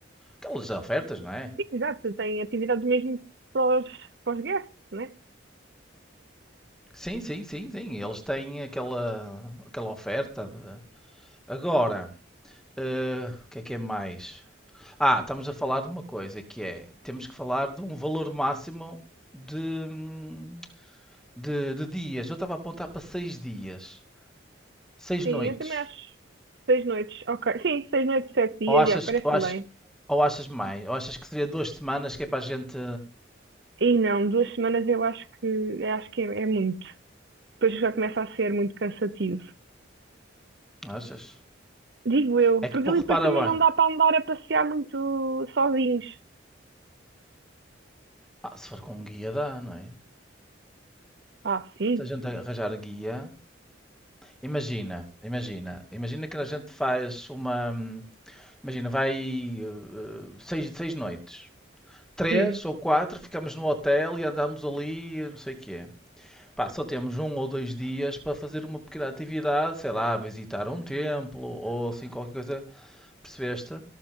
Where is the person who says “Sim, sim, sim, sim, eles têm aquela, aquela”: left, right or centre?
Centre